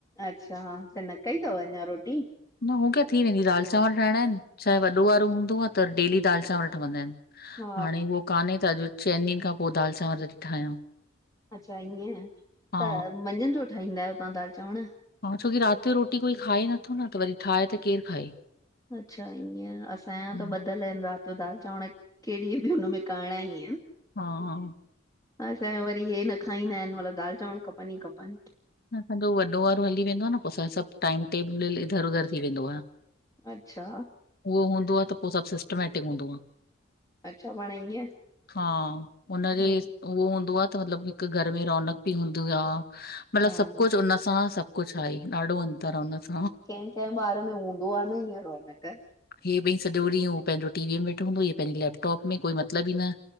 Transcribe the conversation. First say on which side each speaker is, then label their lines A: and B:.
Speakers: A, on the left (about 15°); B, on the left (about 50°).
A: अच्छा, हा त न कई अथव अञा रोटी?
B: न हू त थी वेंदी, दाल चांवर ठाहिणा आहिनि, छाहे वॾो वारो हूंदो आ त डेली दाल चांवर ठहवंदा आहिनि।
A: हा,
B: हाणे उहो कान्हे त अॼु चइनि ॾींहंनि खां पो दालि चांवर थी ठाहियां।
A: अच्छा ईअं,
B: हा
A: त मंझंदि जो ठाहींदा आहियो तव्हां दाल चांवर?
B: हा छोकी राति जो रोटी कोई खाए नथो न त वरी ठाहे त केरु खाए?
A: अच्छा ईअं, असांजा
B: हम्म।
A: त ब दल आहिनि राति जो दाल चांवर कहिड़ी बि हुनमें करणा ई आहिनि।
B: हा
A: असांजो वरी हे न खाईंदा आहिनि, मतलबु दाल चांवर खपनि ई खपनि।
B: न असांजो वॾो वारो हली वेंदो आहे न, पो असांजो सभु टाईम टेबलु इधर-उधर थी वेंदो आहे।
A: अच्छा।
B: उहो हूंदो आ त पो सभु सिस्टमैटिक हूंदो आ।
A: अच्छा पाण ईअं?
B: हा, उनजे
A: हम्म,
B: उहो हूंदो आहे त मतिलबु हिकु घरि में रौनक बि हूंदी आहे। मतिलबु
A: हा,
B: सभु कुझु उन सां सभु कुछु आहे ॾाढो अंतर आ हुन सां
A: कंहिं-कंहिं ॿारु में हूंदो आहे न हीअं रौनक।
B: हे ॿई सॼो ॾींहुं हो पंहिंजो टीवीअ में वेठो हूंदो, हीअं पंहिंजे लैपटॉप में, कोई मतिलबु ई न।